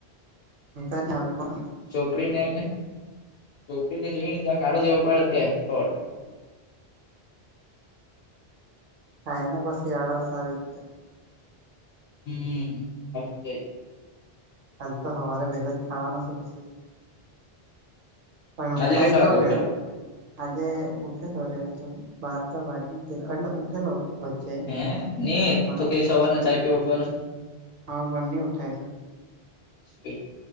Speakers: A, on the right; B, on the left.
A: એક નાભિપન.
B: ચોપડીને ચોપડી ને જોઈ ને જ્યાં કાળો જેવો પડ્યો તે શોટ.
A: કાય ના કસ આળસ આવી.
B: હમ. હ જય <unintelligible>
A: કાલ તો સવારે વહેલા જ ખાવાના છે પછી. પણ
B: આજે
A: ઉઠાય
B: કેટલા
A: તો
B: વાગે
A: કે.
B: ઉઠેલો
A: આજે ઉઠેલો રેમ તો બાર તો વાગી ગેલો એટલે ઉઠેલો. વચ્ચે
B: હે નહી તું
A: પણ
B: તો કઈ સવારને ચાય પી ઉઠવાનું છે.
A: હા બંની ઉઠાય છે.
B: સટ